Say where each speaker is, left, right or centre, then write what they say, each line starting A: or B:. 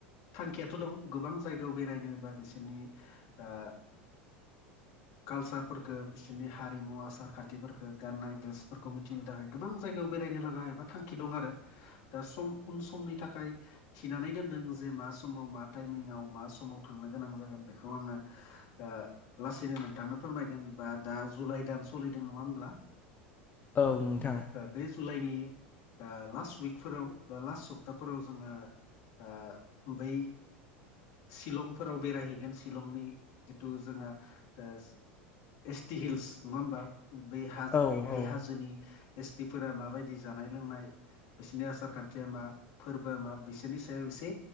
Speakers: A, on the left; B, on the left.
A: थांखियाथ' दं गोबां जायगायाव बेरायनो बा बिसोरनि ओ कालचारफोखौ बिसोरनि हारिमु आसार खान्थिफोरखौ गाननाय ड्रेस फोरखौ मिथिनो थाखाय गोबां जायगायाव बेरायनो लागा एबा थांखि दं आरो दा सम उन समनि थाखाय थिनानै दोनदों जे मा समाव मा टाइमिंआव मा समाव थांनो गोनां जागोन बेखौ आङो ओ लासैनो नोंथांनो फोरमायगोना बा दा जुलाइ दान सोलिदों नङा होमब्ला
B: औ नोंथां
A: बे जुलाइनि ओ लास्ट उइकफोराव बा लास्ट सप्ताफोराव जोङो ओ बै शिलंफोराव बेरायहैगोन शिलंनि जिथु जोंना एस एस टि हिल्स नङा होमबा हा
B: औ
A: बै
B: औ
A: हाजोनि एस टिफोरा माबायदि जानाय लोंनाय बिसोरनि आसार खान्थिया मा फोरबोआ मा बिसोरनि सायाव एसे